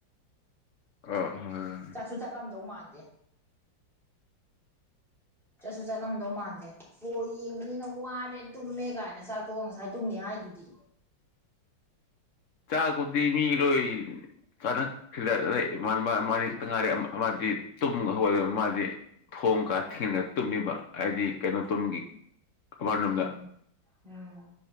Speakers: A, on the left (about 55°); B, in the centre.
A: ꯑꯣ ꯍ
B: ꯆꯠꯁꯨ ꯆꯠꯂꯝꯗꯧ ꯃꯥꯟꯗꯦ ꯆꯠꯁꯨ ꯆꯠꯂꯝꯗꯧ ꯃꯥꯟꯁꯦ ꯀꯣ ꯌꯦꯡꯕꯅꯤꯅ ꯋꯥꯔꯦ ꯇꯨꯝꯃꯦ ꯀꯥꯏꯅ ꯆꯥꯛꯊꯣꯛꯑꯒ ꯉꯁꯥꯏ ꯇꯨꯝꯅꯤ ꯍꯥꯏꯗꯨꯗꯤ
A: ꯆꯥꯛꯀꯨꯗꯤ ꯃꯤ ꯂꯣꯏ ꯐꯔꯦ ꯁꯤꯗ ꯏꯃꯥꯟꯅꯕ ꯏꯕꯥꯢꯅꯤ ꯈꯤꯠꯇ ꯉꯥꯏꯔꯦ ꯑꯃꯗꯤ ꯇꯨꯝꯍꯧꯒꯠꯂ ꯃꯥꯗꯤ ꯊꯣꯡꯀ ꯊꯤꯡꯉꯒ ꯇꯨꯝꯃꯦꯕ ꯍꯥꯏꯗꯤ ꯀꯩꯅꯣ ꯇꯨꯝꯕꯒꯤ ꯑꯃꯅꯨꯡꯗ
B: ꯎꯝ ꯎꯝ